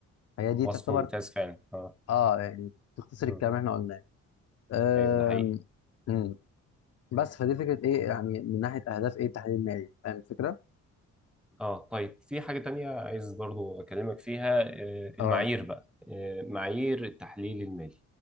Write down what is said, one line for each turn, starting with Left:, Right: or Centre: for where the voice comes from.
Left: فهي دي
Centre: وصف
Left: تعتبر
Centre: ممتاز فعلا اه
Left: أه يعني تختصر الكلام
Centre: مم.
Left: اللي إحنا قلناه آم،
Centre: ايوه ده حقيقي
Left: مم. بس فدي فكرة إيه يعني من ناحية أهداف إيه التحليل المالي فاهم الفكرة؟
Centre: اه طيب في حاجه تانية عايز برضو اكلمك فيها آه، المعايير
Left: أه
Centre: بقى آه، معايير التحليل المالي